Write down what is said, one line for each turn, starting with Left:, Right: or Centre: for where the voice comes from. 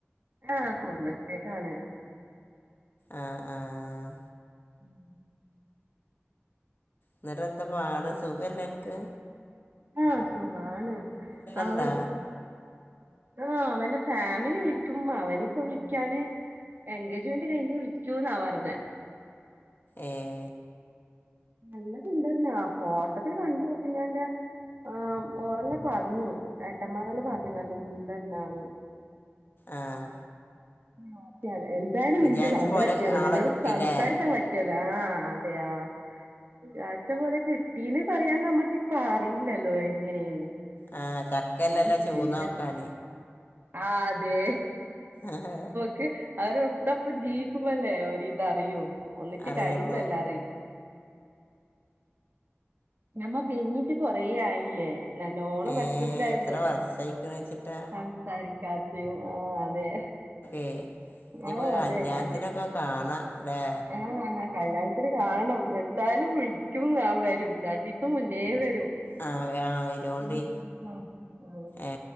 Right: ആഹ് കുടുംബത്തിലേക്കാണ്
Left: ആഹ് ആഹ്
Right: ഉം
Left: എന്തരാ പാട് സുഖല്ല അനിക്ക്
Right: ആഹ് സുഖാണ് അവൻ
Left: ഉണ്ടോ
Right: ആഹ് അവന്റെ ഫാമിലി വിളിക്കും അവനിപ്പ വിളിക്കാന് എൻഗേജ്മെന്റ് കഴിഞ്ഞ് വിളിച്ചുന്നാ പറഞ്ഞ
Left: ഏഹ്
Right: നല്ല സുന്ദരനാ ഫോട്ടത്തില്ൽ കണ്ടു പിന്നെ എൻ്റെ ആഹ് ഓരല്ല പറഞ്ഞു ഏട്ടന്മാരല്ല പറഞ്ഞു നല്ല സുന്ദരനാണ്
Left: ആഹ്
Right: ആഹ് ഒക്കാണ് എന്തായാലും
Left: വിചാരിച്ച
Right: നിന്റെ നമ്പർ
Left: പോലെ
Right: കിട്ടിയല്ലോ
Left: ആളെ
Right: നിന്നോട്
Left: കിട്ടിയില്ലേ
Right: സംസാരിക്കാൻ പറ്റ പറ്റിയല്ലോ ആ അതെയ വിചാഴ്ച്ച പോലെ കിട്ടീന്ന് പറയാൻ നമ്മുക്ക്പ്പ അറിയില്ലല്ലോ അങ്ങനെയ
Left: ആ ചക്കല്ലല്ലോ
Right: അത് ചെയീത
Left: ചൂന്ന നോക്കാൻ
Right: ആഹ് അതെ
Left: ആഹ്
Right: ക്ക് അവരോടപ്പ ജീവിക്കുമ്പോല്ലേ ഒരിതറിയു ഒന്നിച്ച്
Left: അറിയുള്ളൂ
Right: കഴിയുമ്പോ എല്ലാ അറിയും നമ്മ പിരിഞ്ഞിട്ട് കൊറേ ആയില്ലേ നല്ലോണം
Left: ഏ
Right: വിഷമത്തിലായിരുന്നു
Left: എത്ര വർഷമായിക്കണെന്ന് വെച്ചിട്ടാ
Right: സംസാരിക്കാത്തും ആഹ് അതെ
Left: എയ് ഇനിപ്പൊ
Right: ആഹ് അതെ
Left: കല്യാണത്തിനൊക്കെ
Right: കണ്ടി
Left: കാണല്ലേ
Right: ആഹ് കല്യാണത്തിന് കാണണം എന്തായാലും വിളിക്കും ഞാൻ വരും രണ്ടു ദിവസം മുന്നേ വരും
Left: ആഹ് ആഹ് വരോണ്ടി
Right: ഉം ഉം ഉം
Left: ഏ